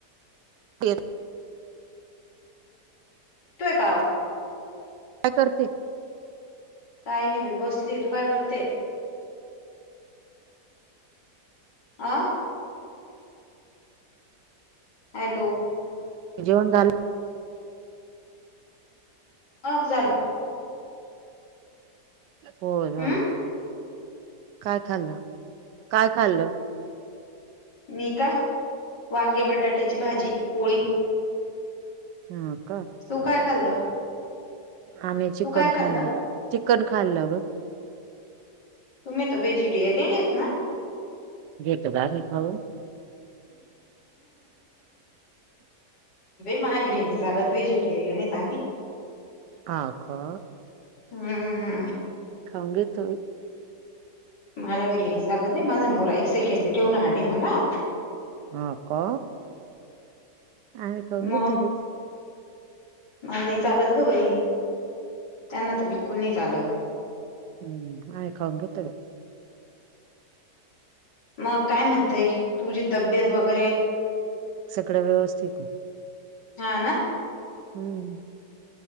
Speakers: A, on the right (about 80°); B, on the left (about 80°).
A: तेर
B: ये तो का
A: करते
B: काही नाही भ बसली तू काय करते. आ हॅलो.
A: जेवन झालं.
B: हग झाण
A: हो झालं.
B: हम्म
A: काय खाल्ल, काय खाल्ल?
B: मी का वांगे बटाट्याची भाजी पोळी.
A: हम्.
B: तू काय खाल्लं?
A: आम्ही चिकन
B: तू काय खाल्लं
A: खाल्ल चिकन खाल्लं ग.
B: तुमही तर वेजिटेरियन यस ना.
A: घेतो ग आणि खाऊ
B: मागरी नि चालत वेजिटेरियन आहे
A: ह का.
B: हम्म.
A: खाऊगे तो बाई.
B: माझ्या घरी नाही चालला नाही माझा नोरा एक सेकंडी ठेवणार नाही मला.
A: हा का आम्ही खाऊन
B: मग
A: घेतो बाई
B: मला नाही चालत. अगं बाई त्यांना तर बिलकुल नाही चालत.
A: हम, आम्ही खाऊन घेतो बाई.
B: मग काय म्हणतेय तुझी तब्येत वगैरे
A: सगळं व्यवस्थित आहे.
B: हा ना
A: हम्म